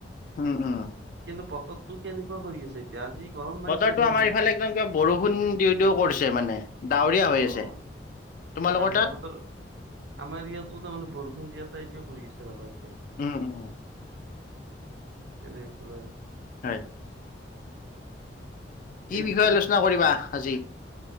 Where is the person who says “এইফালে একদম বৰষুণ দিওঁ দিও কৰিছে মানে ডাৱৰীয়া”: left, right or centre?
Left